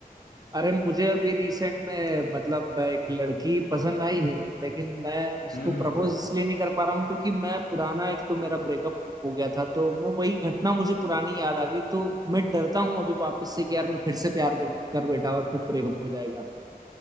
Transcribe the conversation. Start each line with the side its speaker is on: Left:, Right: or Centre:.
Right: अरे मुझे अभी रिसेंट में मतलब एक लड़की पसंद आई है लेकिन मैं उसको
Left: हम्म
Right: प्रपोज
Left: हम्म हम्म
Right: इसलिए नहीं कर पा रहा हूँ क्योंकि मैं पुराना एक तो मेरा ब्रेकअप हो गया था तो मैं वही घटना मुझे पुरानी याद आ गई तो मैं डरता हूँ अभी वापस से कि यार मैं फिर से प्यार कर, कर बैठा और फिर ब्रेकअप हो जाएगा